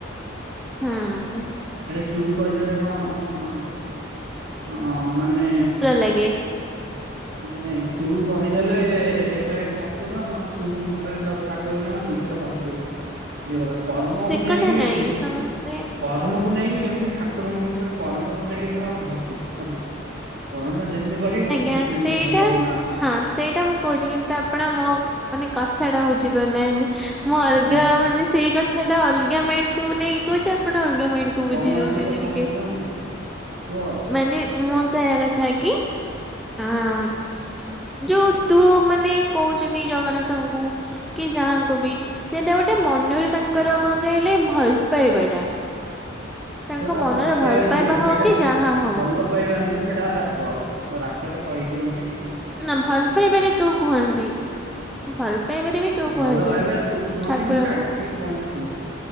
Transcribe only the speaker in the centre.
ହୁଁ।
ରାଗେ।
ସେ
କଥା ନାଇଁ ସମସ୍ତେ
<unintelligible>
ସେଇଟା
ହଁ ସେଇଟା ମୁଁ କହୁଚି କିନ୍ତୁ ଆପଣ ମୋ ମାନେ କଥାଟା ବୁଝି ପାରୁନାହାନ୍ତି ମୁଁ ଅଲଗା
ମାନେ ସେଇ କ ଥାଟା ଅଲଗା ମାଇଣ୍ଡକୁ ନେଇକି କହୁଚି ଆପଣ ଅଲଗା ମାଇଣ୍ଡ ବୁଝି
ଦଉଚନ୍ତି
ଟିକେ
ମାନେ ମୁଁ କହିବା କଥା କି ଆଁ ଯୋଉ ତୁ ମାନେ କହୁଚନ୍ତି ଜଗନ୍ନାଥଙ୍କୁ କି ଯାହାଙ୍କୁ ବି ସେଟା ଗୋଟେ ମନରେ ତାଙ୍କର କଁ କଇଲେ ଭଲ ପାଇବାଟା। ତାଙ୍କ
ମନରେ
ହଉ କି ଯାହା ହଉ
ନା ଭଲ ପାଇବାରେ ତୁ କୁହନ୍ତି। ଭଲ ପାଇବାରେ ବି ତୁ
କୁହାଯାଏ
ଠାକୁରଙ୍କୁ